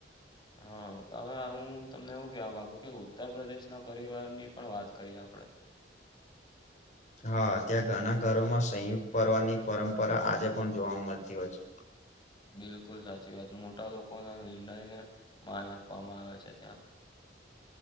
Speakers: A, on the left; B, on the left.
A: હા હવે હું તમને એવું કેવા મામાંગુ કે ઉત્તર પ્રદેશ ના પરિવારની પણ વાત કરીએ આપણેે
B: હા ત્યાં ઘણા ઘરોમાં સંયુક્ત પર્વોની પરંપરા આજે પણ જોવા મળતી હોય છે
A: બિલકુલ સાચી વાત મોટા લોકો ના નિર્ણયને માન આપવામાં આવે છે ત્યાં